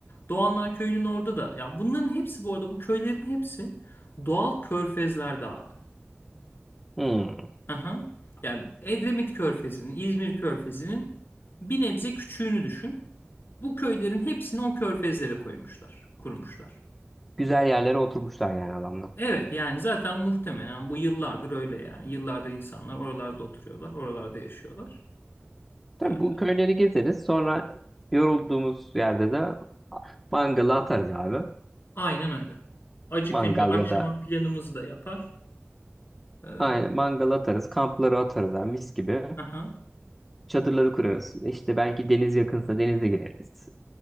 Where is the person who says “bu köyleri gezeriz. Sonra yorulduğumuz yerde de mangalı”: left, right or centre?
Centre